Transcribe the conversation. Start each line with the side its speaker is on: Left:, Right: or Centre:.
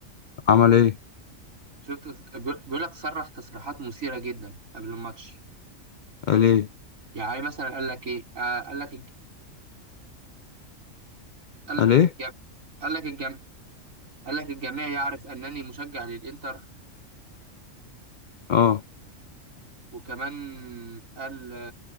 Left: عمل ايه
Right: شفت بيقول بيقول لك صرح تصريحات مثيرة جدا قبل الماتش
Left: قال ايه
Right: يعني مثلا قال لك ايه آه قال لك الج- قال لك
Left: قال ايه
Right: الجم... قال لك الجم... قال لك الجميع يعرف انني مشجع للانتر
Left: اه
Right: وكمان قال